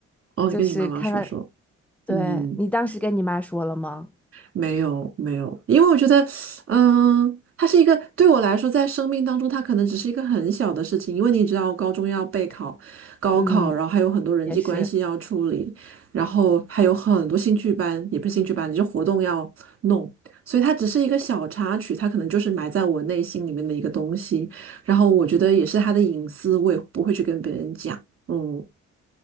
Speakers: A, on the right; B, in the centre.
A: 哦，
B: 就是看看，
A: 你跟你妈妈说说，
B: 对，
A: 嗯，
B: 你当时跟你妈说了吗？
A: 没有没有，因为我觉得，嗯，它是一个对我来说，在生命当中，它可能只是一个很小的事情，因为你知道，高中要备考、高考，
B: 嗯，
A: 然后还有很多人际关系要处理，
B: 也是。
A: 然后还有很多兴趣班，也不是兴趣班，就是活动要弄，所以它只是一个小插曲，它可能就是埋在我内心里面的一个东西，然后我觉得也是他的隐私，我也不会去跟别人讲，嗯。